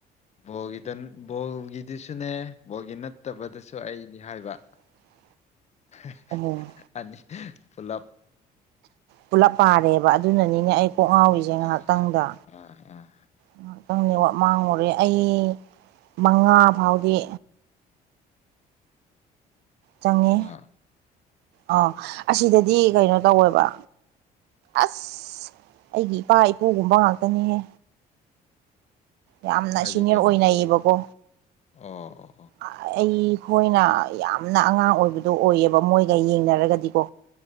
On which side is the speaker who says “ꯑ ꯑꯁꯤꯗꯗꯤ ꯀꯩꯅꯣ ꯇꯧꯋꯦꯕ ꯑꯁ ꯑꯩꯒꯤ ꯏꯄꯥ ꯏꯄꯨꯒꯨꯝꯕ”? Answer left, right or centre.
Right